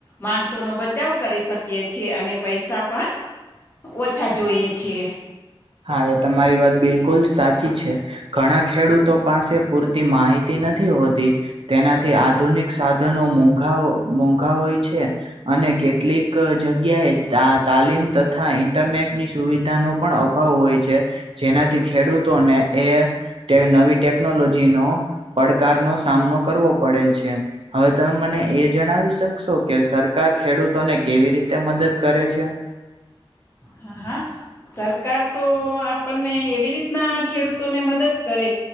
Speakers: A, on the left; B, on the right.
A: માણસો નો બચાવ કરી શકીએ છીએ અને પૈસા પણ ઓછા જોઈએ છે.
B: હા એ તમારી વાત બિલકુલ સાચી છે ઘણા ખેડૂતો પાસે પૂરતી માહિતી નથી હોતી તેનાથી આધુનિક સાધનો મોઘા મોંઘા હોય છે અને કેટલીક જગ્યાએ તાલીમ તથા ઇન્ટરનેટ ની સુવિધાનો પણ અભા ભાવ હોય છે જેનાથી ખેડૂતોને એ ટે નવી ટેકનોલોજીનો પડકાર નો સામનો કરવો પડે છે. હવે તમે મને એ જણાવી શકશો કે સરકાર ખેડૂતોને કેવી રીતે મદદ કરે છે?
A: હા, હા. સરકાર તો આપણને એવી રીતના ખેડૂતોને મદદ કરે